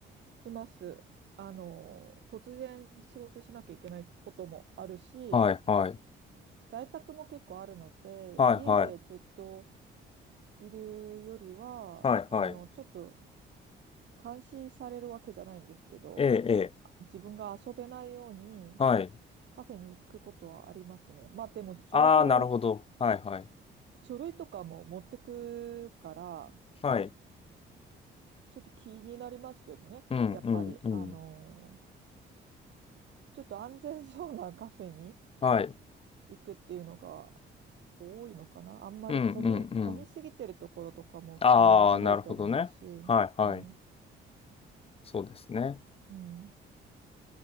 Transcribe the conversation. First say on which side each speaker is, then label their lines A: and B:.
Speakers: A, on the right; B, on the left.
A: します。あの、突然仕事しなきゃいけないこともあるし、
B: はいはい。
A: 在宅も結構あるので、
B: はいはい。
A: 家でずっといるよりは、
B: はいはい。
A: あの、ちょっと監視されるわけじゃないんですけど、
B: ええ、ええ。
A: あ自分が遊べないように
B: はい。
A: カフェに行くことはありますね。まあでも情報、
B: ああ、なるほど。はいはい。
A: 書類とかも持ってくから、
B: はい。
A: ちょっと気になりますけどね。
B: うんうんうん。
A: やっぱり、あのーちょっと安全そうなカフェに
B: はい。
A: 行くっていうのが多いのかな。あんまり混み、
B: うんうんうん。
A: 混みすぎてるところとかも普通に危ないと思うし、
B: ああ、なるほどね。はいはい。
A: うん、
B: そうですね。
A: うん、